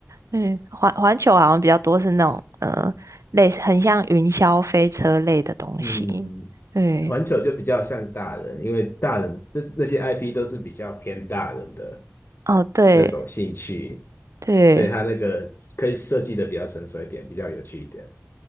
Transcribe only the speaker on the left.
嗯，
环球就比较像大人，因为大人那那些 IP 都是比较偏大人的
那种兴趣，
所以它那个可以设计的比较成熟一点，比较有趣一点。